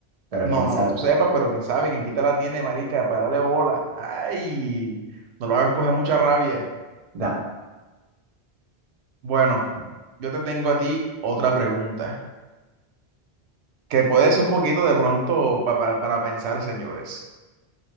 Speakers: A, on the right; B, on the right.
A: pero
B: No,
A: quién
B: no,
A: sabe.
B: que tú sepas, pero quién sabe, quién quita la tiene, marica, párale bola. Ay, no lo hagas coger mucha rabia.
A: Da,
B: Bueno, yo te tengo a ti otra pregunta. que puede ser un poquito de pronto pa- para, para pensar, señores.